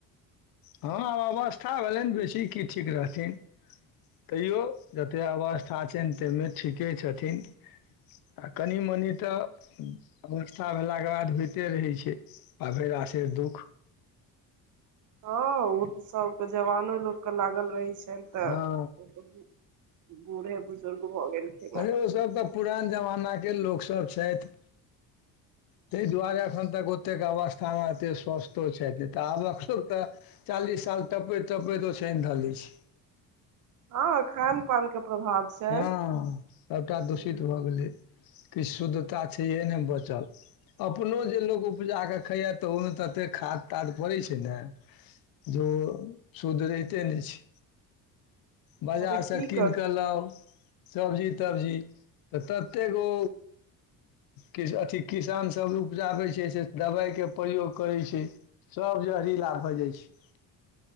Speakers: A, on the left; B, on the right.
A: हँ आब अवस्था भेलनि बेसी की ठीक रहथिन तैयो जते अवस्था छनि ताहिमे ठीके छथिन आ कनि मनि तऽ अवस्था भेलाके बाद होइते रहैत छै ताधरि आ से दुःख
B: हँ ओ तऽ सभके जवानो लोककेँ लागल रहै छनि तऽ
A: हँ
B: ओ तऽ बूढ़े बुजुर्ग भऽ गेलखिन
A: अरे
B: ह
A: ओसभ तऽ पुरान जमानाके लोकसभ छथि तय दुआरे अखन तक ओ एतेक अवस्था मे एते स्वस्थो छैथ आब त चालीस साल तपैत तपैत ओछै अइन घ लय छै
B: हँ खान पान के प्रभाव छै
A: हँ सभटा दूषित
B: हँ
A: भऽ गेलै किछु शुद्धता छैइएह ने बचल अपनो जे लोक उपजा कऽ खाय तऽ ओहिमे तऽ एतेक खाद ताद पड़ैत छै ने जो शुद्ध रहिते नहि छै बाजार
B: तऽ की
A: सँ कीनि
B: कर
A: कऽ लाउ सबजी तबजी तऽ ततेक ओ किछ अथि किसानसभ उपजाबै छै से दबाइके प्रयोग करै छै सब जहरीला भ जाय छै